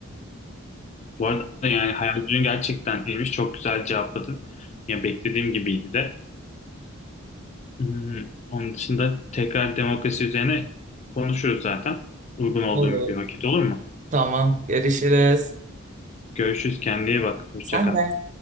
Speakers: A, on the left; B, on the right.
A: Bu arada yani hayal gücün gerçekten iyiymiş. Çok güzel cevapladın. Ya beklediğim gibiydi de. Hmm, onun dışında tekrar demokrasi üzerine konuşuruz zaten. Uygun olduğum
B: olur.
A: bir vakit olur mu?
B: Tamam, görüşürüz.
A: Görüşürüz. Kendine iyi bak. Hoşça
B: Sen
A: kal.
B: de.